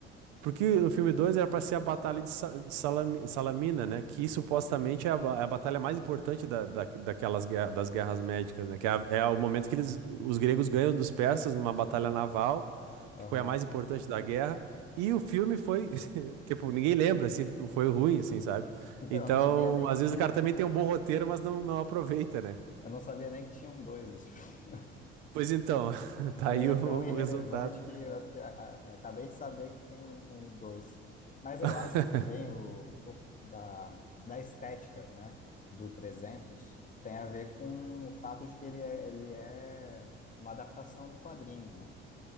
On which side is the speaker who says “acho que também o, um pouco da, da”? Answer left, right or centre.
Left